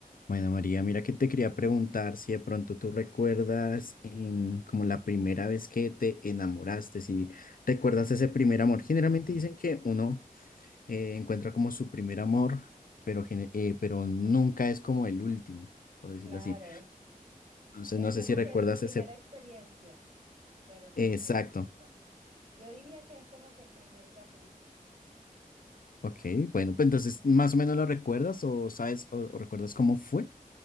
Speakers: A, on the left (about 70°); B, on the right (about 50°).
A: Bueno, María, mira que te quería preguntar si de pronto tú recuerdas em, como la primera vez que te enamoraste, si recuerdas ese primer amor. Generalmente dicen que uno eh, encuentra como su primer amor, pero, gene- eh, pero nunca es como el último, por decirlo
B: Claro,
A: así. Entonces,
B: es
A: no
B: como
A: sé si recuerdas
B: que tu primera
A: ese...
B: experiencia, pero no
A: Exacto.
B: es amor en realidad. Yo diría que es como que el primer capricho.
A: Ok, bueno, pues entonces, ¿más o menos lo recuerdas o sabes o, o recuerdas cómo fue?